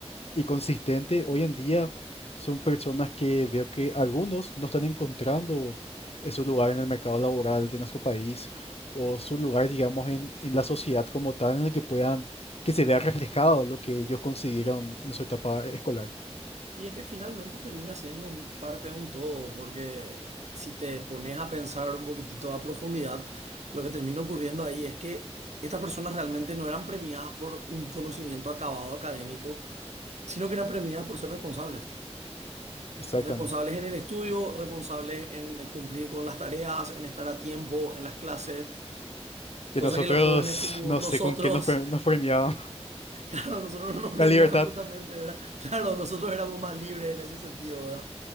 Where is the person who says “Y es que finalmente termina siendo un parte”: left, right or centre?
Right